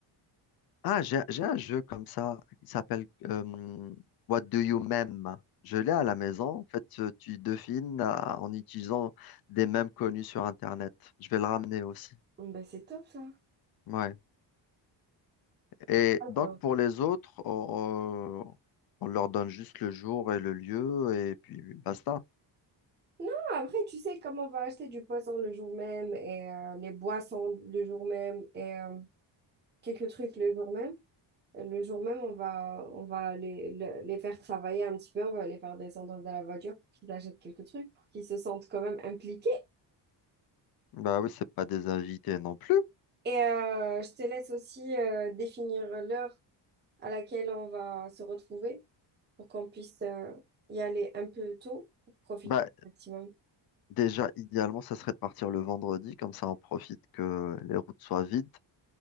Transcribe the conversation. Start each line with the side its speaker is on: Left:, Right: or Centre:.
Left: Ah, j'ai, j'ai un jeu comme ça qui s'appelle euh, What Do You Meme? Je l'ai à la maison. En fait, euh, tu devines euh, en utilisant des mèmes connus sur Internet. Je vais le ramener aussi.
Right: Bon, Ben, c'est top, ça.
Left: Ouais. Et
Right: Alors,
Left: donc, pour les autres, on, on- on leur donne juste le jour et le lieu et puis basta.
Right: Non, après, tu sais, comment on va acheter du poisson le jour même et euh, les boissons le jour même et euh, quelques trucs le jour même, le jour même, on va, on va les, le- les faire travailler un petit peu, on va les faire descendre de la voiture pour qu'ils achètent quelques trucs, pour qu'ils se sentent quand même impliqués.
Left: Bah oui, c'est pas des invités non plus.
Right: Et euh, je te laisse aussi euh, définir l'heure à laquelle on va se retrouver pour qu'on puisse euh, y aller un peu tôt pour profiter
Left: Bah
Right: au maximum.
Left: déjà, idéalement, ça serait de partir le vendredi, comme ça on profite que les routes soient vides.